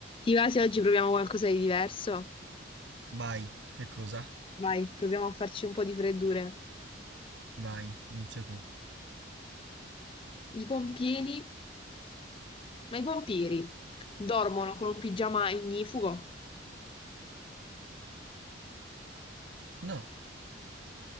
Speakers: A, on the left; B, on the right.
A: Ti va se oggi proviamo qualcosa di diverso?
B: Vai, che cosa?
A: Vai, proviamo a farci un po' di freddure.
B: Vai, inizia tu.
A: I pompieri, ma i pompieri dormono con un pigiama ignifugo?
B: No.